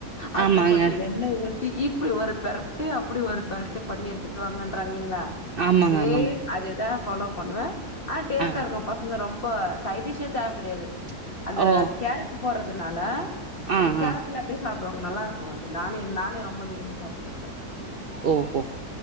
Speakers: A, on the left; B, on the right.
A: அதுல
B: ஆமாங்க
A: கொஞ்ச எண்ண ஊத் இப்படி ஒரு பெரட் அப்படி ஒரு பெர்ட் பண்ணி எடுத்துட்டு வாங்கன்றாங்கீங்களா
B: ஆமாங்க
A: சேம்
B: ஆமாங்க
A: அதுதா ஃபாலோ பண்வ ஆனா டேஸ்ட்டா
B: ஆ
A: இருக்கு பசங்க ரொம்ப சைட்டிஷே தேவ கெடையாது அந்த
B: ஓ
A: கேரட் போட்றதுனால
B: ஆ
A: அந்த கேரட்அப்டியே
B: ஆ
A: சாப்டுவாங்க நல்ல இருக்கு அது நானு நானே ரொம்ப விரும்பி சாப்புட்றத்தா
B: ஓஹோ